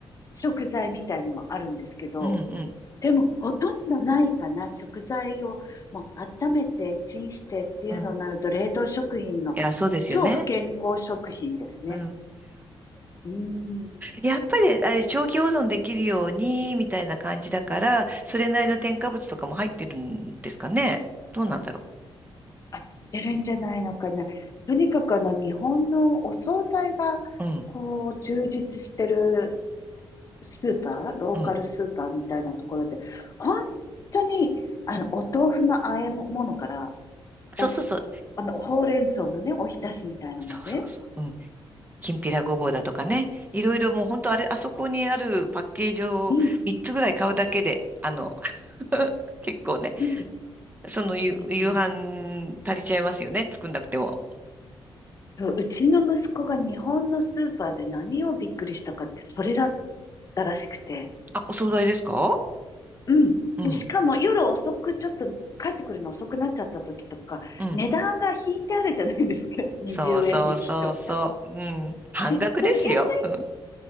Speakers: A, on the left; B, on the right.
A: 食材みたいにもあるんですけど、
B: うん、うん、
A: でも、ほとんどないかな。食材をもう温めて、チンしてっていうのになると、
B: うん。い
A: 冷凍食品の
B: や、そうですよね。
A: 超不健康食品ですね。
B: うん
A: うーん。
B: やっぱり、あれ、長期保存できるように、みたいな感じだから、それなりの添加物とかも入ってるんですかね。どうなんだろ
A: あ、出るんじゃないのかな。とにかくあの、日本のお惣菜が、
B: う。うん、
A: こう、充実してるスーパー、ローカルスーパーみたいなところで、
B: うん。
A: 本当に、あの、お豆腐の和え物から、
B: そうそうそう。
A: おす、あの、ほうれん草のね、おひたしみたいのまで、
B: そうそうそう。うん。きんぴらごぼうだとかね。いろいろもう本当あれ、あそこにあるパッケージを3つぐらい買うだけで、
A: うん、
B: あの、<laughs> 結構ね、
A: うん、
B: その夕、
A: うん、
B: 夕飯足りちゃいますよね。
A: うん。
B: 作んなくても。
A: そううちの息子が日本のスーパーで何をびっくりしたかって、それだったらしくて。
B: あ、お惣菜ですか
A: うん。
B: うん、
A: で、しかも夜遅く、ちょっと帰ってくるの遅くなっちゃった時とか、
B: うん。
A: 値段が引いてあるじゃないですか。<laughs> 20円引きとか。
B: そうそうそうそう。うん。半額ですよ。
A: で、その安い、
B: うん。